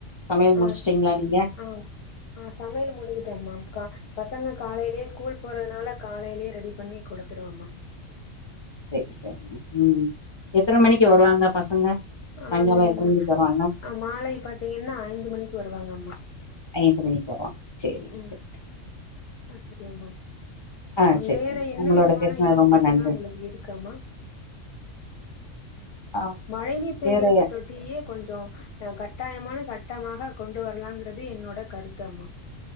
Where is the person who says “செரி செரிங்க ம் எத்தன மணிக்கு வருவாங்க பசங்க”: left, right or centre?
Left